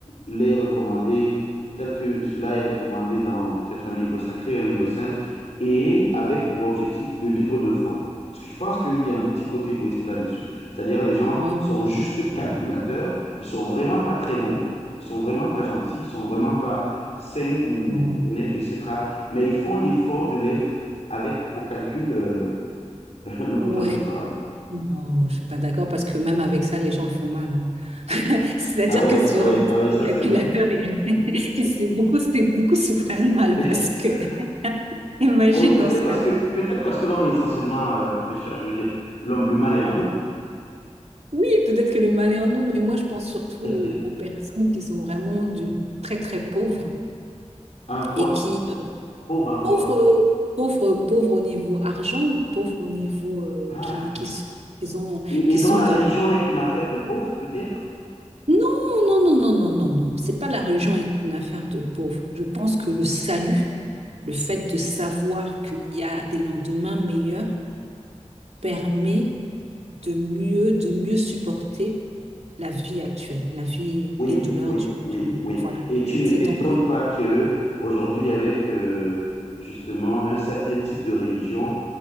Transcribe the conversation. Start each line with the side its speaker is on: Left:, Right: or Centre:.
Left: les recommander, telles que cela est recommandé dans peut-être un livre sacré, un livre saint, et avec pour objectif de vivre de foi. Parce que je pense qu'il y a un petit côté égoïste là-dessus. C'est-à-dire les gens
Right: Oh,
Left: sont juste calculateurs, ils sont vraiment pas très bons, ils sont vraiment pas gentils, ils sont vraiment pas sains ou
Right: non.
Left: honnêtes, etc. Mais ils font l'effort de l'être avec pour calcul euh, <laughs> le
Right: Ouais,
Left: potentiel paradis.
Right: non, je suis pas d'accord parce que même avec ça, les gens le font mal. hein. C'est-à-dire
Left: Ah ouais,
Right: que c'est
Left: ah
Right: vraiment
Left: ouais, ah ouais, ça
Right: c'est calculateur
Left: c'est vrai.
Right: et, <laughs> et c'est beaucoup, c'est beaucoup s'y prennent mal
Left: Mais,
Right: parce que
Left: <laughs>
Right: <laughs> imagine
Left: oh oui, peut-être
Right: dans ce
Left: parce
Right: cas-là.
Left: que peut-être parce que l'homme est essentiellement euh, pécheur, je veux dire. L'homme, le mal est en nous.
Right: Oui, peut-être que le mal est en nous, mais moi je pense surtout
Left: <laughs>
Right: aux, aux personnes qui sont vraiment d'une très très pauvre
Left: En quoi?
Right: et qui
Left: Pauvre en quoi?
Right: Pauvres, pauvres, pauvres au niveau argent, pauvres au niveau euh,
Left: Ah.
Right: qui, qui sont, qui ont-
Left: Et,
Right: qui
Left: et dont
Right: sont
Left: la
Right: dans...
Left: religion n'est qu'une affaire de pauvres, peut-être?
Right: Non, non, non, non, non, non, non. C'est pas la religion est une affaire de pauvres. Je pense que le salut, le fait de savoir qu'il y a des lendemains meilleurs, permet de mieux, de mieux supporter la vie actuelle, la vie,
Left: Oui,
Right: les douleurs
Left: oui,
Right: du,
Left: oui,
Right: du monde.
Left: oui.
Right: Voilà.
Left: Et tu ne
Right: C'est
Left: t'étonnes
Right: dans...
Left: pas que aujourd'hui, avec euh, justement un certain type de religion,